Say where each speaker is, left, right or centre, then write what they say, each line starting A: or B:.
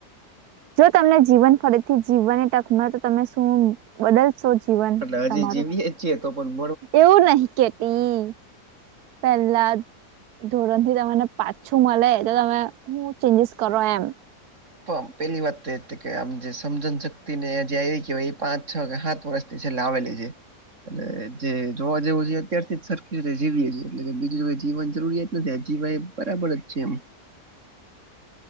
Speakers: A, on the right; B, on the right.
A: જો તમને જીવન ફરીથી જીવવાને ટકમાં તો તમે શુ બદલશો જીવન
B: એટલે
A: તમારું
B: હજી જીવીએ જ છીએ તો પણ
A: એવું નહિ કેતી
B: હ
A: પહેલા ધોરણ થી તમને પાછું મળે તો તમે હું ચેન્જીસ કરો એમ
B: પણ પેલી વાત તો એ કે આમ જે સમજન શક્તિ ને જે આવી કેવાય એ પાંચ છ, સાત વર્ષ તે છે લાવેલી છે. એટલે જે જોવા જેવું છે અત્યારથી જ સરખી રતે જીવીએ છીએ, એટલે બીજું જો જીવન જરૂરી નથી આજીવાાઈ બરાબર જ છે એમ